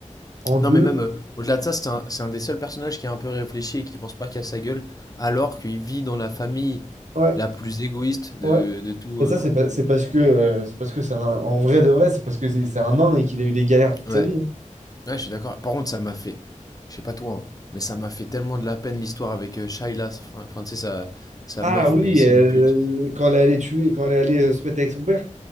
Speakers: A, on the right (about 65°); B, on the left (about 30°).
A: En
B: Non,
A: deux,
B: mais même euh, au-delà de ça, c'est un, c'est un des seuls personnages qui est un peu réfléchi et qui pense pas qu'à sa gueule, alors qu'il vit dans la famille
A: ouais,
B: la plus égoïste de,
A: ouais.
B: de tout.
A: Et
B: euh,
A: ça, c'est pas- c'est parce que euh, c'est parce que c'est un, en vrai de vrai, c'est parce que c'est c'est un nain et qu'il a eu des galères toute
B: ouais.
A: sa vie.
B: Ouais, je suis d'accord. Par contre, ça m'a fait, je sais pas toi, hein, mais ça m'a fait tellement de la peine l'histoire avec euh, Shaila, enfin, enfin, tu sais, sa, sa
A: Ah
B: meuf,
A: oui,
B: mais c'est
A: elle-
B: une pute.
A: quand elle est allée tuer, quand elle est allée euh, se mettre avec son père.